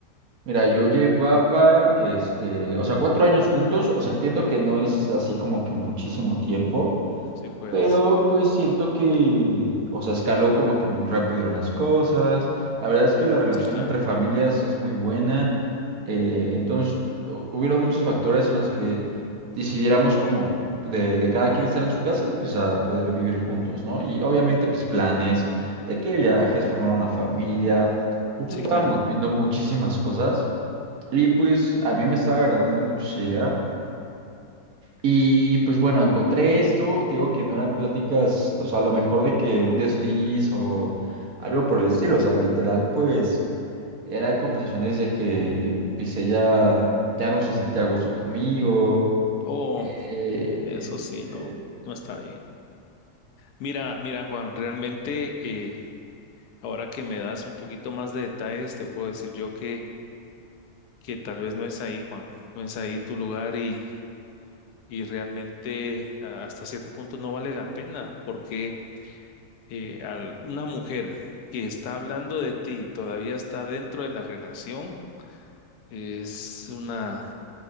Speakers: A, on the right; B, on the left.
A: Mira, yo llevaba, este, o sea, cuatro años juntos, o sea, entiendo que no es así como que muchísimo tiempo.
B: Sí, pues.
A: Pero pues siento que, o sea, escaló como que muy rápido en las cosas. La verdad es que la relación
B: Sí, claro.
A: entre familias es muy buena. eh, entonces, hu- hubieron muchos factores en los que decidiéramos como de, de cada quien estar en su casa, pues a poder vivir juntos, ¿no? Y obviamente, pues planes de qué viajes, formar una familia. Justo
B: Sí,
A: estábamos
B: claro.
A: viendo muchísimas cosas y pues a mí me estaba agrandando mucho esa idea. Y pues bueno, encontré esto, te digo que no eran pláticas, o sea, a lo mejor de que un desliz o algo por el estilo, o sea, literal, pues eran conversaciones de que pues ella ya no se sentía a gusto conmigo.
B: Oh,
A: eh,
B: eso
A: este,
B: sí, no, no está bien. Mira, mira, Juan, realmente eh, ahora que me das un poquito más de detalles, te puedo decir yo que que tal vez no es ahí, Juan, no es ahí tu lugar y, y realmente a- hasta cierto punto no vale la pena porque eh, al- una mujer que está hablando de ti y todavía está dentro de la relación es una,